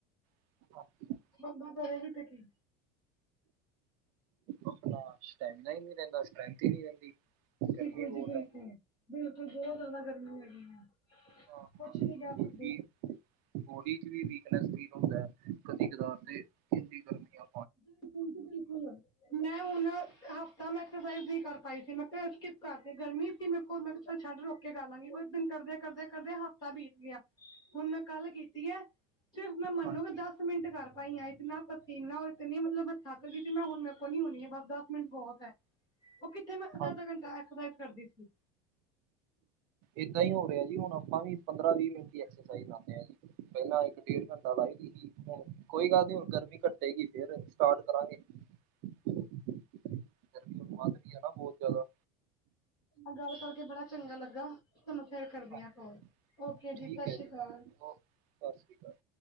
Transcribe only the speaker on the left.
ਬੰਦਾ ਕਰੇ ਵੀ ਤੇ ਕੀ
ਬਿਲਕੁਲ
ਜੀ ਬਿਲਕੁਲ
ਬਿਲਕੁਲ ਬਹੁ ਜ਼ਾਦਾ ਗਰਮੀ ਹੈਗੀ ਐ,
ਕੁਛ ਨੀ
ਕੈ ਸਕਦੇ।
ਬਿਲਕੁਲ ਜੀ ਬਿਲਕੁਲ, ਮੈਂ ਹੁਨ ਹਫ਼ਤਾ ਮੈਂ ਐਕਸਾਈਜ਼ ਨੀ ਕਰ ਪਾਈ ਸੀ ਮੈਂ ਕਿਆ ਸਕਿ ਪ ਕਰਕੇ ਗਰਮੀ ਸੀ ਮੇਰੇ ਕੋਲ ਮੈਂ ਕਿਆ ਚੱਲ ਛੱਡ ਰੁਕ ਕੇ ਕਰਲਾਂਗੀ ਓ ਇੱਕ ਦਿਨ ਕਰਦੇ-ਕਰਦੇ ਹਫ਼ਤਾ ਬੀਤ ਗਿਆ। ਹੁਨ ਮੈਂ ਕੱਲ ਕੀਤੀ ਐ, ਸਿਰਫ ਮੈਂ ਮੰਨੋਗੇ
ਦਸ ਮਿੰਟ ਕਰ ਪਾਈ ਆ ਇਤਨਾ ਪਸੀਨਾ ਓ ਇਤਨੀ ਮਤਲਬ ਮੈਂ ਥੱਕ ਗੀ ਸੀ ਮੈਂ ਕਾ ਨਾ ਹੁਨ ਮੇਰੇ ਕੋਲ ਨੀ ਹੋਨੀ ਐ ਬਸ ਦਸ ਮਿੰਟ ਬੋਤ ਐ। ਓ ਕਿੱਥੇ ਮੈਂ ਅੱਦਾ-ਅੱਦਾ
ਘੰਟਾ ਐਕਸਰਸਾਈਜ਼ ਕਰਦੀ ਸੀ।
ਨਾਲ ਗੱਲ ਕਰਕੇ ਬੜਾ ਚੰਗਾ ਲੱਗਾ। ਤਾਨੂੰ ਫੇਰ ਕਰਦੀ
ਆ ਕੋਲ, ਓਕੇ ਜੀ
ਸਸ
ਰੀ ਕਾਲ।